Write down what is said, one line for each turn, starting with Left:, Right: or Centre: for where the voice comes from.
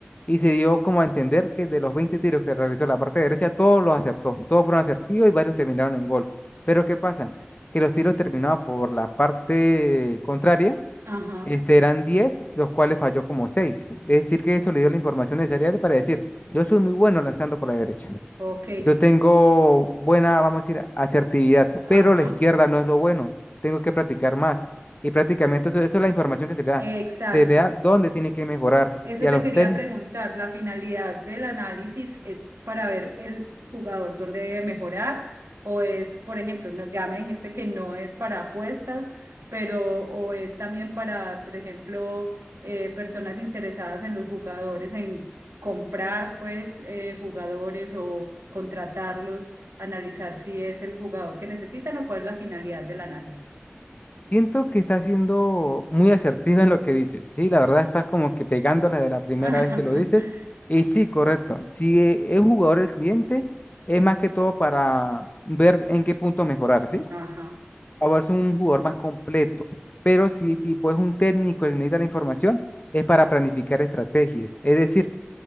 Left: Y se dio como a entender que de los 20 tiros que realizó la parte derecha, todos los acertó, todos fueron acertidos y varios terminaron en gol. Pero ¿qué pasa? Que los tiros terminados por la parte contraria,
Right: ajá,
Left: este, eran 10 los cuales falló como seis Es decir, que eso le dio la información necesaria a él para decir, yo soy muy bueno lanzando por la derecha.
Right: ok,
Left: Yo tengo buena, vamos a decir, asertividad, pero
Right: ajá,
Left: la izquierda no es lo bueno. Tengo que practicar más. Y prácticamente eso, eso es la información que se le da.
Right: exacto.
Left: Se le da dónde tiene que mejorar.
Right: Eso
Left: Y a
Right: te
Left: los
Right: quería
Left: TEN,
Right: preguntar, la finalidad del análisis es para ver el jugador dónde debe mejorar o es, por ejemplo, no- ya me dijiste que no es para apuestas, pero o es también para, por ejemplo, eh, personas interesadas en los jugadores, en comprar pues eh, jugadores o contratarlos, analizar si es el jugador que necesitan o cuál es la finalidad del análisis.
Left: siento que está siendo muy asertivo en lo que dices. Sí, la verdad estás como que pegándola de la primera
Right: <laughs>
Left: vez que lo dices. Y sí, correcto. Si eh, es jugador el cliente, es más que todo para ver en qué punto mejorar, ¿sí?
Right: Ajá,
Left: Ahora es un jugador más completo, pero si tipo es un técnico el que necesita la información, es para planificar estrategias. Es decir,